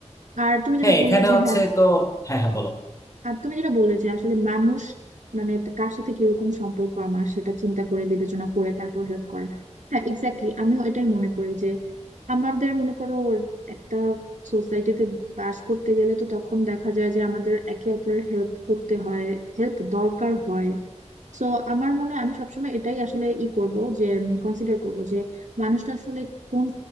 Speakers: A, on the right (about 85°); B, on the left (about 25°).
A: আর তুমি যেটা
B: হ্যাঁ
A: বললে
B: এখানে
A: যে
B: হচ্ছে
A: হ্যাঁ
B: তো হ্যাঁ হ্যাঁ বলো
A: আর তুমি যেটা বললে যে আসলে মানুষ মানে কার সাথে কিরকম সম্পর্ক আমার সেটা চিন্তা করে বিবেচনা করে তারপর হেল্প করার হ্যাঁ এক্স্যাক্টলি আমিও এটাই মনে করি যে আমাদের মনে করো একটা সোসাইটিতে বাস করতে গেলে তো তখন দেখা যায় যে আমাদের একে অপরের হেল্প করতে হয় হেল্প দরকার হয় সো আমার মনে হয় আমি সবসময় এটাই আসলে ই করব যে কনসিডার করব যে মানুষটা আসলে কোন